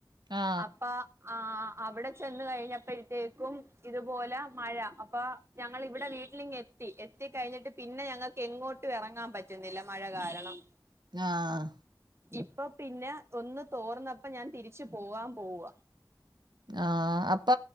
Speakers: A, on the right (about 65°); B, on the right (about 35°).
A: ആ
B: അപ്പ ആ. അവിടെ ചെന്ന് കഴിഞ്ഞപ്പഴത്തേക്കും ഇതുപോലെ മഴ. അപ്പൊ ഞങ്ങളിവിടെ വീട്ടിലിങ്ങെ ത്തി എത്തിക്കഴിഞ്ഞിട്ട് പിന്നെ ഞങ്ങക്ക് എങ്ങോട്ടു എറങ്ങാപറ്റത്തില്ല മഴ കാരണം.
A: ആഹ്
B: ഇപ്പൊ പിന്നെ ഒന്ന് തോർന്നപ്പോ ഞാൻ തിരിച്ച് പോവാൻ പോവാ
A: ആഹ് അപ്പ